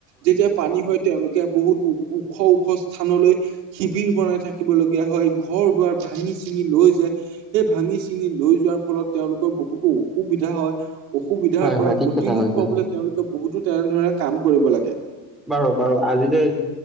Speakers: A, on the right (about 80°); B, in the centre.
A: যেতিয়া পানী হয় তেওঁলোকে বহুত ওখ ওখ স্থানলৈ শিবিৰ বনাই থাকিব লগীয়া হয়, ঘৰ-দুৱাৰ ভাঙি-চিঙি লৈ যায় সেই ভাঙি-চিঙি লৈ যোৱাৰ ফলত তেওঁলোকৰ বহুতো অসুবিধা হয় অসুবিধাৰ
B: হয়
A: পৰা
B: হয় ঠিক
A: প্ৰতিৰোধ
B: কথা কৈছা
A: পাবলৈ
B: হয়।
A: তেওঁলোকে বহুতো তেনেধৰণে কাম কৰিব লাগে।
B: বাৰু-বাৰু আজিলৈ